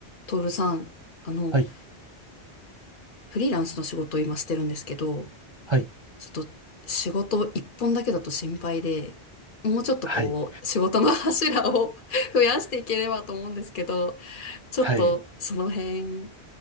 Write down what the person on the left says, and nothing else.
トールさん、あの、
フリーランスの仕事を今してるんですけど、
ちょっと仕事一本だけだと心配で、もうちょっとこう、
仕事の柱を <laughs> 増やしていければと思うんですけど、ちょっとその辺